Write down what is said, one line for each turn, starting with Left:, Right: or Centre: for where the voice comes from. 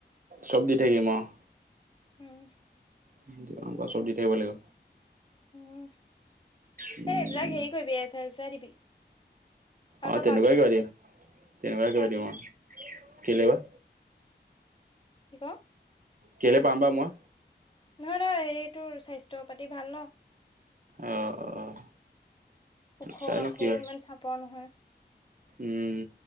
Right: চ'ব দি থাকিম আৰু।
Left: উম।
Right: <unintelligible> চব দি থৈ আহিব লাগিব।
Left: উম এই
Right: উম
Left: এইবিলাক হেৰি কৰিবি এচা এচাই দিবি। আৰু
Right: অ
Left: তই
Right: তেনেকুৱাই
Left: পাবি
Right: কিবা দিম তেনেকুৱাই
Left: পাবি
Right: কিবা দিম অৱ কেলে বা?
Left: কি ক!
Right: কেলে পাম বা মই।
Left: নহয় নহয় সেইটোৰ স্বাস্থ্য পাতি ভাল ন।
Right: অ' অ'
Left: ওখ
Right: চাই
Left: বাখ
Right: লওঁ কি হয়।
Left: ইমান চাপৰ নহয়।
Right: উম